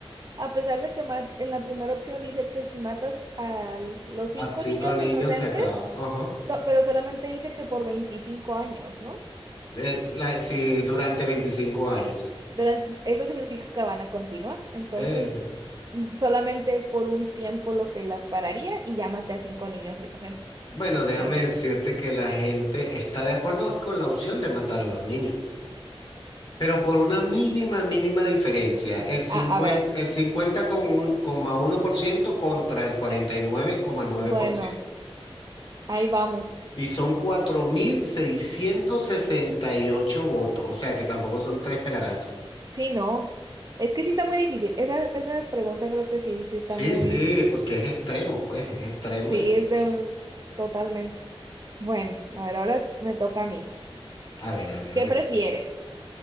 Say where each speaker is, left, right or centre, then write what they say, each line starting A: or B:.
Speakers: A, on the right; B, on the left.
A: a pesar de que ma- en la primera opción dice que si matas a los cinco
B: A cinco
A: niños
B: niños
A: inocentes,
B: se acaba. Ajá.
A: no, pero solamente dice que por 25 años, ¿no?
B: Es la- sí, durante 25 años.
A: Duran- eso significa que van a continuar. Entonces,
B: Eh,
A: mm, solamente es por un tiempo lo que las pararía y ya maté a cinco niños inocentes.
B: Bueno, déjame
A: En-
B: decirte que la gente está de acuerdo con la opción de matar a los niños, pero por una mínima, mínima diferencia, el cincuenta,
A: a, a ver,
B: el cincuenta con un- coma uno por ciento contra el cuarenta Y nueve nueve coma nueve
A: bueno,
B: por ciento,
A: ahí vamos.
B: y son 4.668 votos, o sea que tampoco son tres pelagatos.
A: Sí, no. Es que sí está muy difícil. Esa, esa pregunta creo que sí, sí está
B: Sí,
A: muy,
B: sí, porque es extremo, pues, es extremo
A: Sí,
B: y bueno,
A: es de... Totalmente. Bueno, a ver, ahora me toca a mí.
B: a ver, a ver,
A: ¿Qué
B: a ver.
A: prefieres?